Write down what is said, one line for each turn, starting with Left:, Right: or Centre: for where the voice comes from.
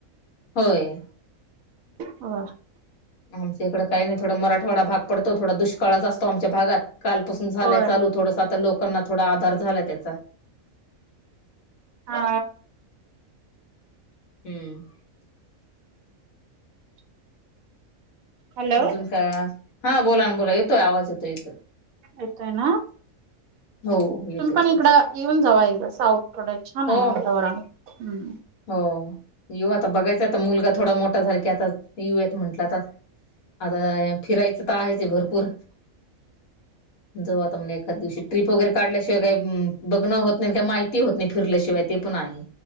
Left: होय
Right: होय
Left: आमच्या इकडं काही नाही थोडा मराठवाडा भाग पडतो थोडा दुष्काळच असतो आमच्या भागात काय कालपसून झालाय
Right: होय
Left: चालू थोडस लोकांना थोडा आधार झालाय त्याचा
Right: हा
Left: हम्म <unintelligible>
Right: हॅलो
Left: अजून काय हा बोला ना बोला येतोय आवाज येतोय येतोय
Right: येतोय ना?
Left: हो येतो
Right: तुम्ही
Left: येतो
Right: पण इकडं येऊन जावा एकदा साऊथ कड छान
Left: हो
Right: आहे वातावरण ह्
Left: हो यू आता बघायचय आता मुलगा थोडा मोठा झाला की आता यू यात म्हटलं आता आता फिरायचं तर आहेचे भरपूर जव आता म्हणे एखाद दिवशी ट्रिप वगैरे काढल्याशिवाय काय बघणं होत नाही काही माहिती होत नाही फिरल्याशिवाय ते पुना आहे